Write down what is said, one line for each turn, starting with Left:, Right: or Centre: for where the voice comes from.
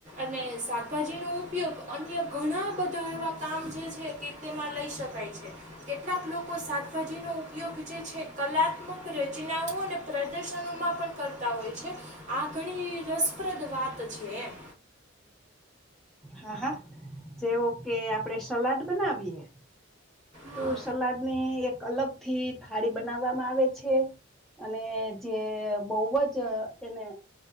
Right: અને શાકભાજીનો ઉપયોગ અન્ય ઘણા બધા એવા કામ જે છે તે તેમાં લઈ શકાય છે. કેટલાક લોકો શાકભાજીનો ઉપયોગ જે છે કલાત્મક રચનાઓ અને પ્રદર્શનોમાં પણ કરતા હોય છે આ ઘણી રસપ્રદ વાત છે એમ.
Centre: હા હા જેવો કે આપડે સલાડ બનાવીએ. તો
Right: હા
Centre: સલાદ ને એક અલગ થી થાળી બનાવવામાં આવે છે અને જે બહ જ એને